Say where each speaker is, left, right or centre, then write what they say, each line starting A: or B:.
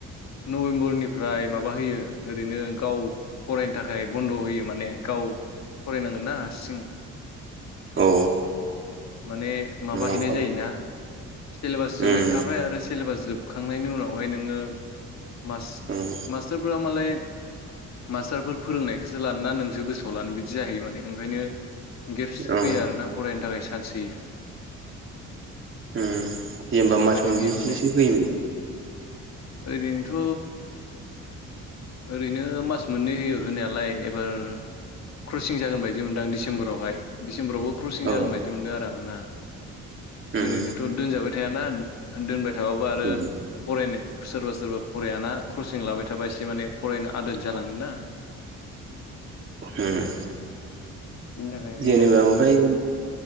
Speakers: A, on the left (about 60°); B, on the right (about 40°).
A: नबेम्बरनिफ्राय माबा होयो ओरैनो गाव फरायनो थाखाय बन्द' होयो माने गाव फरायनांगोन ना हारसिं
B: औ
A: माने माबा
B: न'आव
A: हैनाय जायोना सेलेबास जोबहैखाबाय
B: उम
A: आरो सेलेबास जोबखांनायनि उनावहाय नोङो मास-मास्टारफोरा
B: उम
A: मालाय मास्टारफोर फोरोंनायखौसो लानो ना नों गोसोआव लानो बिदि जाहैयो माने ओंखायनो गेप्स
B: औ
A: होयो आरोना फरायनो थाखाय चान्च होयो
B: उम जेनबा
A: बेफोरबायदि
B: मास मोनबेसोसो
A: होयो माने
B: होयो
A: ओरैनोथ' ओरैनो मास मोननै होयो होनाया लाय एबार क्रसिं जागोनबायदि मोन्दां डिसेम्बरावहाय दिसेम्बरआवबो क्रसिं
B: औ
A: जागोन बायदि मोनदों आरो आं ना
B: उम
A: ओरैनोथ' दोनजाबाय थायाना दोनबाय थाबाबो आरो
B: उम
A: फरायनो सोरबा सोरबा फरायाना कसिं लाबाय थाबाय एसे माने फरायनो आदोर जालांगोन ना। <inaudible>
B: हम।
A: बिनि थाखाय होयो
B: जेनेबा
A: आरो
B: ओमफ्राय
A: क्रसिं